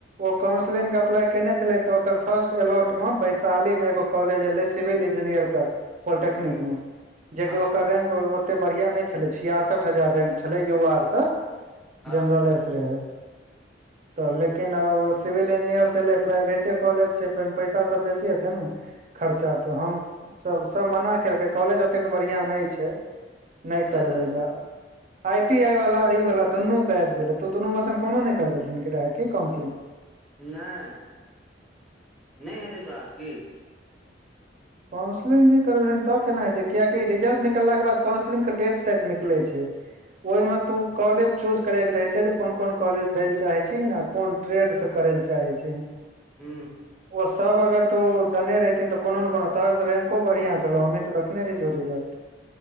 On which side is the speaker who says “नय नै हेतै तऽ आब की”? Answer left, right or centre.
Centre